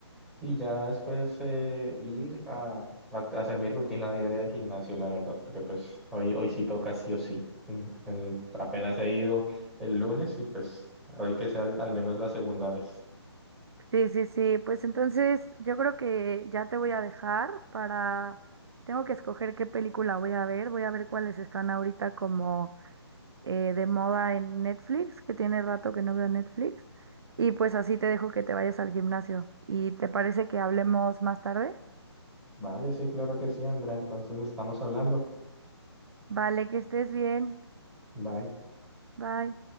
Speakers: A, in the centre; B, on the right (about 65°).
A: y ya después eh, ir a, a hacer mi rutina diaria del gimnasio, la verdad, porque pues hoy, hoy sí toca sí o sí. Mm, el- apenas he ido el lunes y pues hoy que sea al al menos la segunda vez.
B: Sí, sí, sí. Pues entonces yo creo que ya te voy a dejar para, tengo que escoger qué película voy a ver. Voy a ver cuáles están ahorita como eh, de moda en Netflix, que tiene rato que no veo Netflix. Y pues así te dejo que te vayas al gimnasio. ¿Y te parece que hablemos más tarde?
A: Vale, sí, claro que sí, Andrea. Entonces estamos hablando.
B: Vale, que estés bien.
A: Bye.
B: Bye.